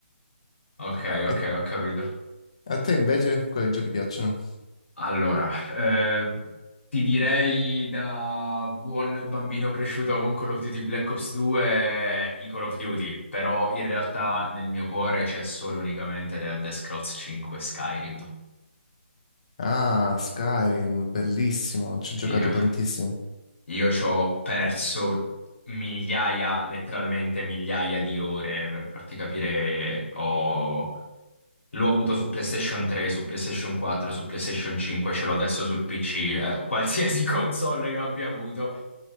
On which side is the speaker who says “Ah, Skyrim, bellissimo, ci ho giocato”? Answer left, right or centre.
Left